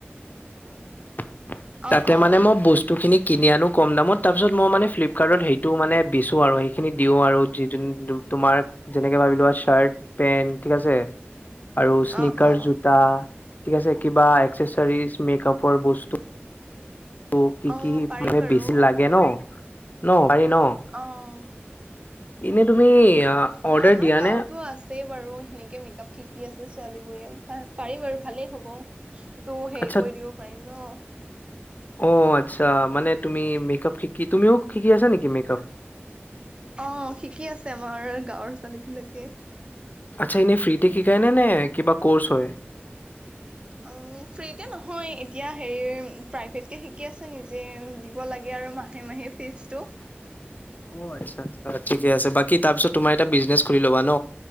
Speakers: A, on the left; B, on the right.
A: <unintelligible>
B: অ অ
A: সটোখিনি কিনি আনো কম দামত তাৰপিছ মানে ফ্লিপকাৰ্টত সেইটো মানেছো আৰু সেই সেই খিনি দিও আৰু যি তোমাক যেনেকে ভাবি লোৱা চাৰ্ট পেন্ট ঠিক আছে আৰু স্নিক
B: অ অ
A: জোতা ঠিক আছে কিবা একসেচাৰজ মেকআপৰ বস্তু ত' কি
B: অ
A: কি
B: পাৰি
A: মানে
B: বাৰু
A: বেছি লাগে ন ন হাৰ ন
B: অ
A: এনেই তুমি
B: অ
A: অৰ্ডাৰ
B: আমাৰ
A: দিয়া
B: গাঁৱতো
A: নে
B: আছে আ বাৰু সেনেকে মেক আপ শিকি আছে ছোৱালী বোৰে পাৰি বাৰু ভালেই হ'ব তো হেৰি
A: আচ্ছা,
B: কৰি দিব পাৰিম ন
A: অ আচ্ছা মানেুমি মেকআপ শিকি তুমিও শিকি আছা নেকি মেকআপ
B: অ শিকি আছে আমাৰ গাঁৱৰ ছোৱালী বিলাকে
A: আচ্ছা এনেই ফ্ৰীিতে শিকায়নে নে কিবা ক'ৰ্চ হয়
B: উ ফ্ৰীতে নহয় এতিয়া হেৰি প্ৰাইভেট কেে শিকি আছে নিজ দিব লাগে আৰু মাহে মাহে ফিজটো
A: অ আচ্ছা আচ্ছা ঠিকে আছে বাকী তাৰপিছত তোমাৰ এটা বিজনে খুলি ল'বা ন